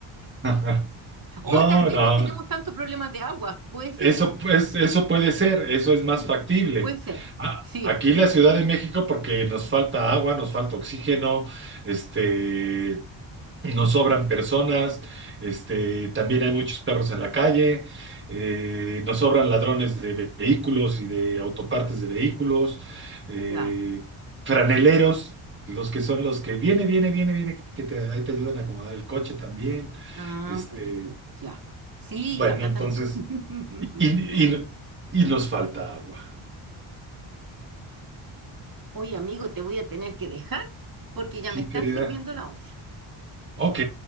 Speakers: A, on the right; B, on the right.
A: <laughs> No,
B: O tal vez
A: no.
B: no tenemos tanto problemas de agua. Puede
A: Eso,
B: ser eso.
A: pues, eso puede ser, eso es más
B: Mm,
A: factible.
B: puede ser.
A: A-
B: Sí.
A: Aquí en la Ciudad de México, porque nos falta agua, nos falta oxígeno, este, nos sobran personas, este, también hay muchos perros en la calle, eh, nos sobran ladrones de ve- vehículos y de autopartes de vehículos, eh,
B: Ya.
A: franeleros, los que son los que viene, viene, viene, viene, que te, ahí te ayudan a acomodar el coche también.
B: Ah,
A: Este,
B: perfecto, ya. Sí,
A: bueno,
B: acá
A: entonces.
B: también. <laughs>
A: Y, y, y nos falta agua.
B: Oye, amigo, te voy a tener que dejar porque ya
A: Sí,
B: me están
A: querida.
B: sirviendo la once.
A: Ok,